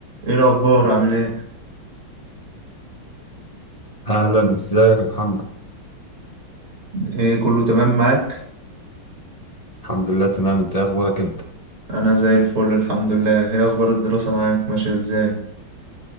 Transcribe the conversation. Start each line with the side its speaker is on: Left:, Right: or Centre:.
Right: ايه الاخبار عامل ايه
Left: أهلا إزيك يا محمد
Right: ايه كله تمام معاك
Left: الحمد لله تمام أنت إيه أخبارك أنت
Right: انا زي الفل الحمد لله ايه اخبار الدراسة معاك ماشية ازاي